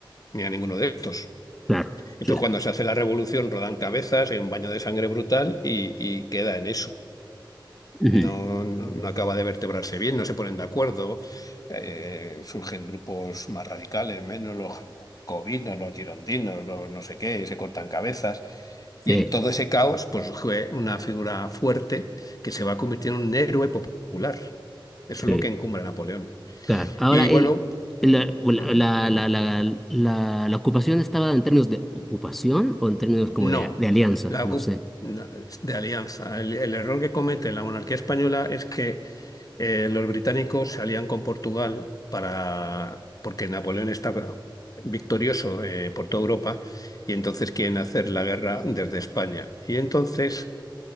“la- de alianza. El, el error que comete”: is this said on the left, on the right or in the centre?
Left